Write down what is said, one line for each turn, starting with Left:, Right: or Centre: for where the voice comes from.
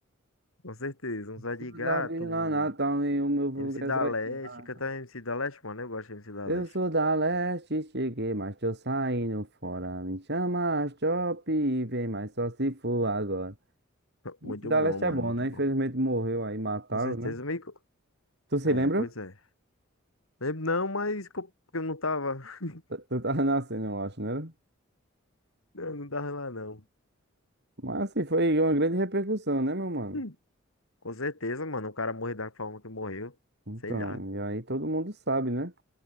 Left: com certeza, um Zé de
Right: Sou
Left: Gato,
Right: da Vila
Left: um
Right: Natal e o meu vulgo
Left: MC
Right: é
Left: da
Right: zóio
Left: Leste.
Right: de gato.
Left: Cantar MC da Leste, mano, eu gosto de MC da
Right: Eu
Left: Leste.
Right: sou da leste, cheguei, mas tô saindo fora. Me chama as top e vem, mas só se for agora.
Left: <laughs>
Right: Esse
Left: Muito
Right: da
Left: bom,
Right: leste
Left: mano,
Right: é bom,
Left: muito
Right: né?
Left: bom.
Right: Infelizmente morreu aí, mataram,
Left: Com certeza,
Right: né?
Left: me. co-
Right: Tu
Left: É,
Right: se lembra?
Left: pois é. Lembro Não, mas co- porque eu não tava. <laughs>
Right: Tu tu tava <laughs> nascendo, eu acho, né?
Left: Eu não tava lá, não.
Right: Mas assim, foi uma grande repercussão, né, meu mano?
Left: Hum, Com certeza, mano, o cara morreu da forma que morreu.
Right: Então,
Left: Sei lá.
Right: e aí todo mundo sabe, né?